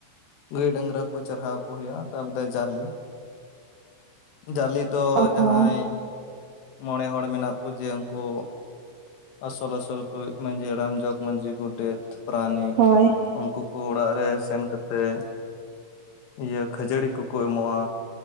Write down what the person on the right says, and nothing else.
ᱚ
ᱦᱚᱸ
ᱦᱳᱭ